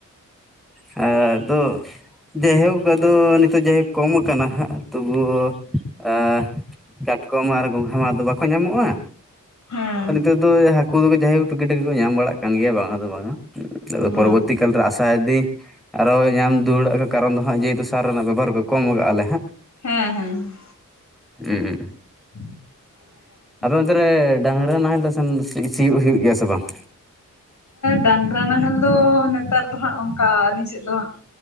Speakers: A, in the centre; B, on the left (about 65°).
A: ᱟᱫᱚ ᱡᱟᱭᱦᱳᱠ ᱟᱫᱚ ᱱᱤᱛᱚᱜ ᱡᱟᱭᱦᱳᱠ ᱠᱚᱢ ᱠᱟᱱᱟ ᱦᱟᱜ ᱛᱩᱵᱩ ᱳ ᱠᱟᱴᱠᱚᱢ ᱟᱨ ᱜᱚᱝᱜᱷᱟ ᱢᱟ ᱟᱫᱚ ᱵᱟᱠᱚ ᱧᱟᱢᱚᱜᱼᱟ᱾
B: ᱦᱮᱸ
A: ᱱᱤᱛᱚᱜ ᱫᱚ ᱦᱟᱹᱠᱩ ᱡᱟᱭᱦᱳᱠ ᱴᱩᱠᱤ ᱴᱟᱠᱤ ᱠᱚ ᱧᱟᱢ ᱵᱟᱲᱟᱜ ᱠᱟᱱ ᱜᱮᱭᱟ ᱵᱟᱝᱟ ᱫᱚ ᱵᱟᱝᱟ᱾
B: ᱦᱮᱸ
A: ᱯᱚᱨᱵᱚᱛᱤ ᱠᱟᱞ ᱨᱮ ᱟᱥᱟᱭ ᱫᱤ ᱟᱨᱚ ᱧᱟᱢ ᱫᱩᱣᱟᱹᱲᱚᱜ ᱠᱟᱨᱚᱱ ᱫᱚ ᱦᱟᱸᱜ ᱡᱮᱦᱮᱛᱩ ᱥᱟᱨ ᱨᱮᱱᱟᱜ ᱵᱮᱵᱚᱦᱟᱨ ᱠᱚ ᱠᱚᱢ ᱠᱟᱜᱼᱟ ᱞᱮ ᱦᱟᱸᱜ᱾
B: ᱦᱮᱸ ᱦᱮᱸ
A: ᱦᱮᱸ
B: <inaudible>
A: ᱟᱯᱮ ᱚᱱᱛᱮᱨᱮ ᱰᱟᱝᱨᱟ ᱱᱟᱦᱮᱞᱛᱮ ᱥᱮᱱ ᱦᱤᱭᱳᱜ ᱦᱩᱭᱩᱜ ᱜᱮᱭᱟ ᱥᱮ ᱵᱟᱝ?
B: ᱰᱟᱝᱨᱟ ᱱᱟᱦᱮᱞ ᱫᱚ ᱱᱮᱛᱟᱨ ᱫᱚ ᱦᱟᱸᱜ ᱚᱱᱠᱟ ᱟᱹᱞᱤᱧ ᱥᱮᱫ ᱫᱚ ᱦᱟᱸᱜ